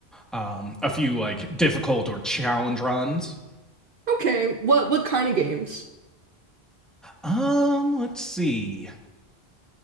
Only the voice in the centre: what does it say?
um, a few like difficult or challenge runs.
Um, let's see.